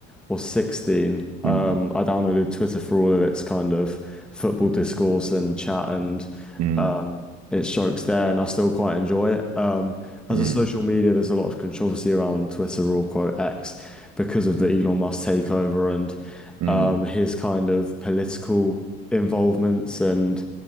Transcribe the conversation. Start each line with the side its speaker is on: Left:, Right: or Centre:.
Centre: or 16, um,
Right: mm,
Centre: I downloaded Twitter for all of its kind of football discourse and chat and
Right: mm,
Centre: um, its jokes there, and I still quite enjoy it. Um, as
Right: mm,
Centre: a
Right: mm,
Centre: social media, there's a lot of controversy around Twitter or quote X because of the Elon Musk takeover and
Right: mm.
Centre: um, his kind of political involvements and